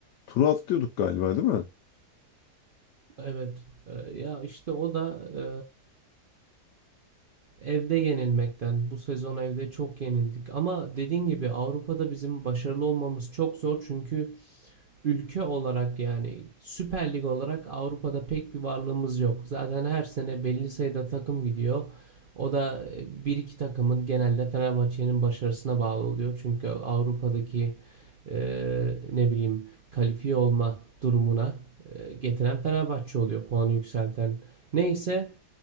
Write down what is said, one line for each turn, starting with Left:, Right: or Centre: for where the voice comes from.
Left: turu atlıyorduk galiba değil mi?
Right: Evet. e, Ya işte o da e, evde yenilmekten. Bu sezon evde çok yenildik. Ama dediğin gibi Avrupa'da bizim başarılı olmamız çok zor çünkü ülke olarak yani Süper Lig olarak Avrupa'da pek bir varlığımız yok. Zaten her sene belli sayıda takım gidiyor. O da e, bir iki takımın genelde Fenerbahçe'nin başarısına bağlı oluyor. Çünkü Avrupa'daki e, ne bileyim kalifiye olma durumuna e, getiren Fenerbahçe oluyor. Puanı yükselten. Neyse